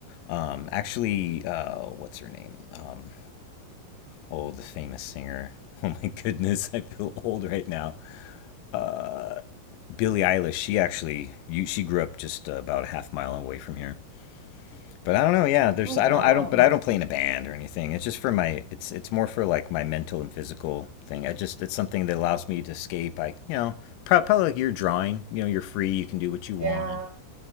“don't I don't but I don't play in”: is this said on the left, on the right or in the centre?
Left